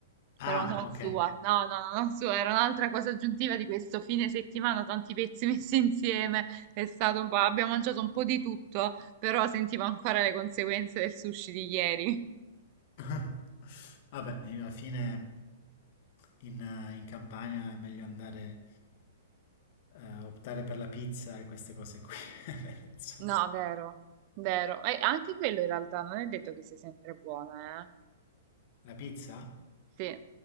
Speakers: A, on the left; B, on the right.
A: Ah,
B: Però non
A: ok.
B: <laughs> sua, no, no, no, non sua, era un'altra cosa aggiuntiva di questo fine settimana, tanti pezzi <laughs> messi insieme, è stato un po', abbiamo mangiato un po' di tutto, però sentivo ancora le conseguenze del sushi di ieri.
A: <laughs> Vabbè, alla fine in, in Campania è meglio andare eh, optare per la pizza e queste cose qui. <laughs> Insomma.
B: No, vero, vero, e anche quello in realtà non è detto che sia sempre buono,
A: La pizza?
B: Sì,